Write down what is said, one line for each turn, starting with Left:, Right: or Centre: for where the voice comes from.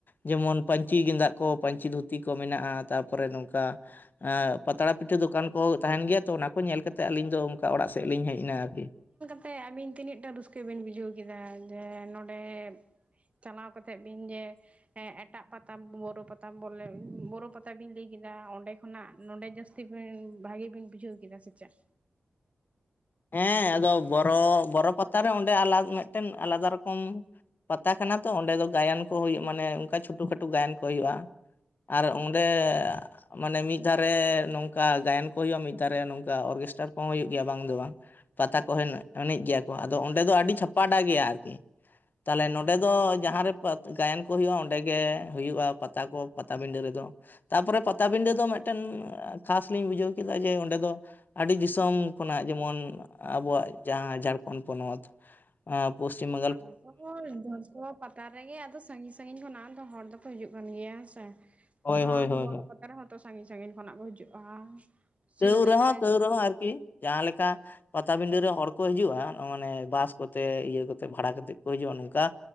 Left: ᱡᱮᱢᱚᱱ ᱯᱟᱹᱧᱪᱤ ᱜᱮᱸᱫᱟᱜ ᱠᱚ ᱯᱟᱹᱧᱪᱤ ᱫᱷᱩᱛᱤ ᱠᱚ ᱢᱮᱱᱟᱜᱼᱟ ᱛᱟᱯᱚ ᱨᱮ ᱱᱚᱝᱠᱟ ᱯᱟᱛᱲᱟ ᱯᱤᱴᱷᱟᱹ ᱫᱚᱠᱟᱱ ᱠᱚ ᱦᱚᱸ ᱛᱟᱦᱮᱱ ᱜᱮᱭᱟ ᱛᱚ ᱚᱱᱟ ᱠᱚ ᱧᱮᱞ ᱠᱟᱛᱮᱫ ᱟᱹᱞᱤᱧ ᱫᱚ ᱚᱱᱠᱟ ᱚᱲᱟᱜ ᱥᱮᱫ ᱞᱤᱧ ᱦᱮᱡ ᱮᱱᱟ ᱟᱨᱠᱤ
Right: <unintelligible> ᱟᱵᱤᱱ ᱛᱤᱱᱟᱹᱜ ᱴᱟ ᱨᱟᱹᱥᱠᱟᱹ ᱵᱤᱱ ᱵᱩᱡᱷᱟᱹᱣ ᱠᱮᱫᱟ ᱡᱮ ᱱᱚᱸᱰᱮ ᱪᱟᱞᱟᱣ ᱠᱟᱛᱮᱫ ᱵᱤᱱ ᱡᱮ ᱦᱮᱸ ᱮᱴᱟᱜ ᱯᱟᱛᱟ ᱵᱚᱨᱚ ᱯᱟᱛᱟ ᱵᱚᱞᱮ ᱵᱚᱨᱚ ᱯᱟᱛᱟ ᱵᱤᱱ ᱞᱟᱹᱭ ᱠᱮᱫᱟ ᱚᱸᱰᱮ ᱠᱷᱚᱱᱟᱜ ᱱᱚᱸᱰᱮ ᱡᱟᱹᱥᱛᱤ ᱵᱤᱱ ᱵᱷᱟᱜᱮ ᱵᱤᱱ ᱵᱩᱡᱷᱟᱹᱣ ᱠᱮᱫᱟ ᱥᱮ ᱪᱮᱫ
Left: ᱦᱮᱸ ᱟᱫᱚ ᱵᱚᱨᱚ ᱵᱚᱨᱚ ᱯᱟᱛᱟ ᱨᱮ ᱚᱸᱰᱮ ᱢᱤᱫ ᱴᱮᱱ ᱟᱞᱟᱫᱟ ᱨᱚᱠᱚᱢ ᱯᱟᱛᱟ ᱠᱟᱱᱟ ᱛᱚ ᱚᱸᱰᱮ ᱫᱚ ᱜᱟᱭᱟᱱ ᱠᱚ ᱦᱳᱭᱳᱜ ᱢᱟᱱᱮ ᱚᱱᱠᱟ ᱪᱷᱳᱴᱳ ᱠᱷᱟᱴᱳ ᱜᱟᱭᱟᱱ ᱠᱚ ᱦᱳᱭᱳᱜᱼᱟ ᱟᱨ ᱚᱸᱰᱮ ᱢᱟᱱᱮ ᱢᱤᱫ ᱫᱷᱟ ᱨᱮ ᱱᱚᱝᱠᱟ ᱜᱟᱭᱟᱱ ᱠᱚ ᱦᱳᱭᱳᱜᱼᱟ ᱢᱤᱫ ᱫᱷᱟᱨᱮ ᱱᱚᱝᱠᱟ ᱚᱨᱜᱮᱥᱴᱟᱨ ᱠᱚᱦᱚᱸ ᱦᱳᱭᱳᱜ ᱜᱮᱭᱟ ᱵᱟᱝ ᱫᱚ ᱵᱟᱝ ᱯᱟᱛᱟ ᱠᱚ ᱮᱱᱮᱡ ᱜᱮᱭᱟ ᱠᱚ ᱟᱫᱚ ᱚᱸᱰᱮ ᱫᱚ ᱟᱹᱰᱤ ᱪᱷᱟᱯᱟᱰᱟ ᱜᱮᱭᱟ ᱟᱨᱠᱤ ᱛᱟᱦᱞᱮ ᱱᱚᱸᱰᱮ ᱫᱚ ᱡᱟᱦᱟ ᱨᱮ ᱜᱟᱭᱟᱱ ᱠᱚ ᱦᱩᱭᱩᱜᱼᱟ ᱚᱸᱰᱮ ᱜᱮ ᱦᱩᱭᱩᱜᱼᱟ ᱯᱟᱛᱟ ᱠᱚ ᱯᱟᱴᱟ ᱵᱤᱸᱰᱟᱹ ᱨᱮᱫᱚ ᱛᱟᱯᱚᱨᱮ ᱯᱟᱴᱟ ᱵᱤᱸᱰᱟᱹ ᱫᱚ ᱢᱤᱫ ᱴᱮᱱ ᱠᱷᱟᱥ ᱞᱤᱧ ᱵᱩᱡᱷᱟᱹᱣ ᱠᱮᱫᱟ ᱡᱮ ᱚᱸᱰᱮ ᱫᱚ ᱟᱹᱰᱤ ᱫᱤᱥᱚᱢ ᱠᱷᱚᱱᱟᱜ ᱡᱮᱢᱚᱱ ᱟᱵᱚᱣᱟᱜ ᱡᱟᱸᱦᱟ ᱡᱷᱟᱲᱠᱷᱚᱸᱱ ᱯᱚᱱᱚᱛ ᱯᱚᱥᱪᱷᱤᱢ ᱵᱟᱝ
Right: <unintelligible> ᱯᱟᱛᱟ ᱨᱮ ᱜᱮ ᱟᱫᱚ ᱥᱟᱸᱜᱤᱧ ᱥᱟᱸᱜᱤᱧ ᱠᱷᱚᱱᱟᱜ ᱦᱚᱲ ᱫᱚᱠᱚ ᱦᱤᱡᱩᱜ ᱠᱟᱱ ᱜᱮᱭᱟ ᱦᱮᱸ ᱥᱮ
Left: ᱦᱳᱭ
Right: ᱡᱮᱢᱚᱱ
Left: ᱦᱳᱭ ᱦᱳᱭ
Right: ᱵᱚᱨᱚ <unintelligible> <unintelligible> ᱛᱚ ᱥᱟᱸᱜᱤᱧ ᱥᱟᱸᱜᱤᱧ ᱠᱷᱚᱱᱟᱜ ᱠᱚ ᱦᱤᱡᱩᱜᱼᱟ ᱥᱤᱞᱫᱟᱹ
Left: ᱛᱟᱹᱣ ᱨᱮ ᱦᱚᱸ ᱛᱟᱹᱣ ᱨᱮ ᱦᱚᱸ ᱟᱨᱠᱤ ᱡᱟᱦᱟᱸ ᱞᱮᱠᱟ ᱯᱟᱴᱟ ᱵᱤᱸᱰᱟᱹ ᱨᱮ ᱦᱚᱲ ᱠᱚ ᱦᱤᱡᱩᱜᱼᱟ ᱢᱟᱱᱮ ᱵᱟᱥ ᱠᱚᱛᱮ ᱤᱭᱟᱹ ᱠᱚᱛᱮ ᱵᱷᱟᱲᱟ ᱠᱟᱛᱮᱜ ᱠᱚ ᱦᱤᱡᱩᱜᱼᱟ ᱚᱱᱠᱟ